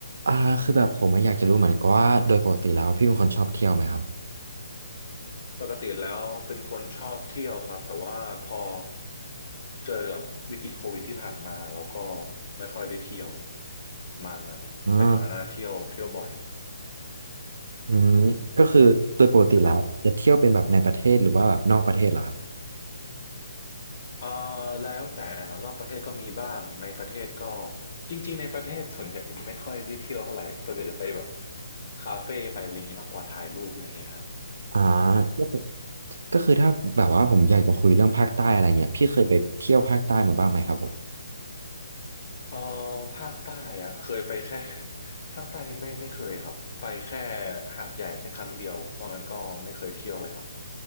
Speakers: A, on the right (about 65°); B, on the left (about 35°).
A: อ่าคือแบบผมอะอยากจะรู้เหมือนกันว่าโดยปกติแล้วพี่เป็นคนชอบเที่ยวไหมครับ
B: ปกติแล้วเป็นคนชอบเที่ยวครับแต่ว่าพอเจอกับวิกฤตโควิดที่ผ่านมาเราก็ไม่ค่อยได้เที่ยวประมาณนั้นแต่ก่อนหน้านั้นเที่ยวเที่ยวบ่อย
A: อ่าอืมก็คือโดยปกติแล้วจะเที่ยวเป็นแบบในประเทศหรือว่าแบบนอกประเทศเหรอครับ
B: ครับเอ่อแล้วแต่ครับรอบประเทศก็มีบ้างในประเทศก็จริงๆในประเทศส่วนใหญ่ไม่ค่อยได้เที่ยวเท่าไหร่ส่วนใหญ่จะไปแบบคาเฟ่ไปอะไรอย่างนี้มากกว่าถ่ายรูปอะไรเงี้ยครับ
A: อ่าก็คือก็คือถ้าแบบว่าผมอยากจะคุยเรื่องภาคใต้อะไรเงี้ยพี่เคยไปเที่ยวภาคใต้มาบ้างไหมครับผม
B: เอ่อภาคใต้อะเคยไปแค่ <laughs> ภาคใต้ไม่ไม่เคยครับไปแค่หาดใหญ่แค่ครั้งเดียวเพราะงั้นก็ไม่เคยเที่ยวเลยครับ <laughs>